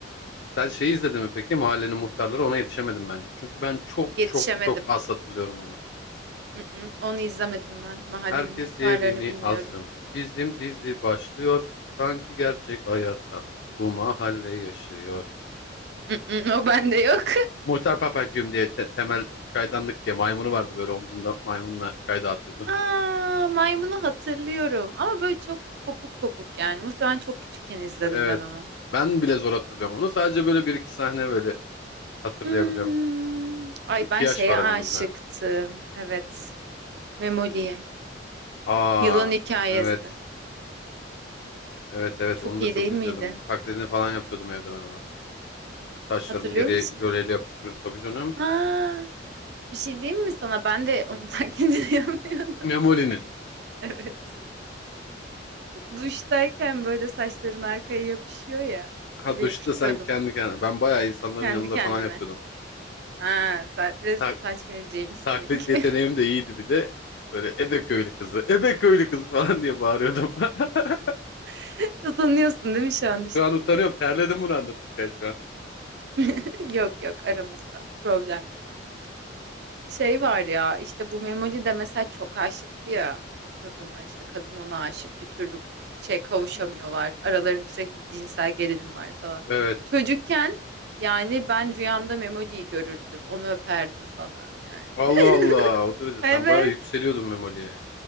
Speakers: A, on the left; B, on the right.
A: Sen şeyi izledin mi peki? Mahallenin muhtarları ona yetişemedim bence. Çünkü ben çok
B: Yetişemedim.
A: çok çok az hatırlıyorum onu.
B: Mm-mm, onu izlemedim ben. Mahallenin
A: Herkes
B: muhtarlarını
A: yerini
B: bilmiyorum.
A: alsın. Bizim dizi başlıyor. Sanki gerçek hayatta bu mahalle yaşıyor.
B: Mm-mm, o bende yok.
A: Muhtar Papacığım diye te- temel çaydanlık diye maymunu vardı böyle omzunda maymunla çay dağıtıyordu.
B: <laughs> Aa,
A: <laughs>
B: maymunu hatırlıyorum. Ama böyle çok kopuk kopuk yani. Muhtemelen çok küçükken izledim
A: Evet.
B: ben onu.
A: Ben bile zor hatırlıyorum onu. Sadece böyle bir iki sahne böyle hatırlayabiliyorum.
B: Hmm. Ay
A: İki
B: ben
A: yaş
B: şeye
A: var aramızda.
B: aşıktım. Evet. Memoli'ye.
A: Aa,
B: Yılan hikayesi.
A: evet. Evet evet
B: Çok
A: onu
B: iyi
A: da çok
B: değil
A: izliyordum.
B: miydi?
A: Taklidini falan yapıyordum evde ben onun. Taşlarımı
B: Hatırlıyor
A: geriye
B: musun?
A: jöleyle yapıştırıyorum tabii canım.
B: Ha, bir şey diyeyim mi sana? Ben de onu <laughs> taklidini yapıyordum.
A: Memoli'nin.
B: Evet. Duştayken böyle saçların arkaya yapışıyor ya.
A: Ha
B: Böyle
A: duşta
B: yapıştırıyordum
A: sen kendi kendine. Ben bayağı insanların
B: kendi
A: yanında
B: kendime.
A: falan yapıyordum.
B: Ha, sen biraz
A: Tak
B: utanç vereceğim seninki.
A: taklit yeteneğim de iyiydi bir de. Böyle Ebe köylü kızı, Ebe köylü kızı falan diye bağırıyordum. <laughs>
B: <laughs> Utanıyorsun değil mi şu an düşününce?
A: Şu an utanıyorum. Terledim bunu anlatırken şu an.
B: <laughs> Yok yok aramızda. Problem yok. Şey var ya işte bu Memoli de mesela çok aşıktı ya o kadına işte kadın ona aşık bir türlü bu- şey kavuşamıyorlar. Aralarında sürekli bir cinsel gerilim var falan.
A: Evet.
B: Çocukken yani ben rüyamda Memoli'yi görürdüm. Onu öperdim falan yani.
A: Allah Allah.
B: <laughs>
A: O derece sen
B: Evet.
A: bayağı yükseliyordun Memoli'ye.